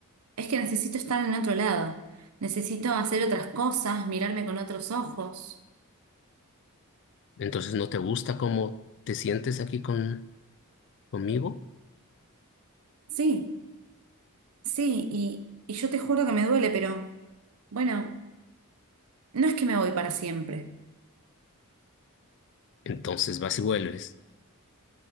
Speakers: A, on the right (about 80°); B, on the left (about 55°).
A: Es que necesito estar en otro lado, necesito hacer otras cosas, mirarme con otros ojos.
B: Entonces no te gusta cómo te sientes aquí con, conmigo.
A: Sí, sí, y, y yo te juro que me duele, pero bueno, no es que me voy para siempre,
B: Entonces vas y vuelves.